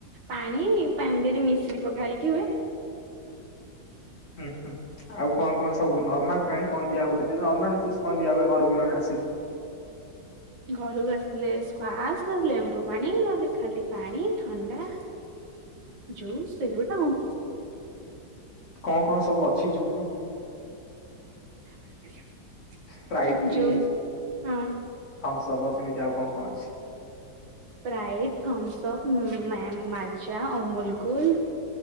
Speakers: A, on the right; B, on the left.
A: ପାଣି ପାଣି ଦେରେ ମିଶ୍ରୀ ପକା ହେଇକି ହୁଏ
B: ହୁଁ ହୁଁ ଆଉ କଣ କଣ ସବୁ ନର୍ମାଲ ପାଣି କଣ ଦିଆ ହୁଏ ଯେ ନର୍ମାଲ ଜୁସ୍ କଣ ଦିଆ ହୁଏ ଘରୁ କୁ ଜଣେ ଆସିଲେ
A: ଘରୁକୁ ଆସିଲେ ସ୍କୁୱାସ୍ ନହେଲେ ଲେମ୍ବୁ ପାଣି ନହେଲେ ଖାଲି ପାଣି ଥଣ୍ଡା ଯୁସ୍ ସେଗୋଟା ଆଉ
B: କଣ କଣ ସବୁ ଅଛି ଯୁସ୍
A: <inaudible>
B: ସ୍ଫ୍ରାଇଟି
A: ଜୁସ୍ ହଁ
B: ଥମ୍ସବ ସେମିତି ଆଉ କଣ କଣ ଅଛି?
A: Sprite Thums Up Maaza Amul Kool.